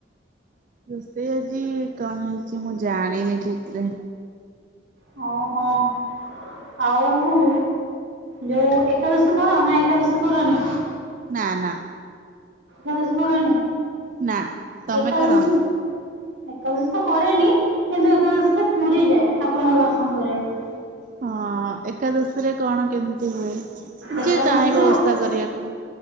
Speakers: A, on the right; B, on the right.
A: ରୋଷେଇ ଆଜି କଣ ହେଇଛି ମୁଁ ଜାଣିନି ଠିକ୍ ସେ
B: ଅ, ହିଁ। ଆଉ ଯୋଉ ଏକାଦଶୀ କର ନା ଏକାଦଶୀ କରନି?
A: ନା ନା
B: ଏକାଦଶୀ କରନି
A: ନା ତମେ
B: ଏକାଦଶୀ
A: କର?
B: ଏକାଦଶୀ ତ କରେନି। କିନ୍ତୁ ଏକାଦଶୀରେ ପୁରୀ ଯାଏ ଠାକୁରଙ୍କ ଦର୍ଶନ କରିବାକୁ।
A: ହଁ, ଏକାଦଶୀରେ କଣ କେମିତି ହୁଏ
B: ଏକାଦଶୀ
A: ଯିଏ ଚାହିଁବ ଓଷା କରିବାକୁ?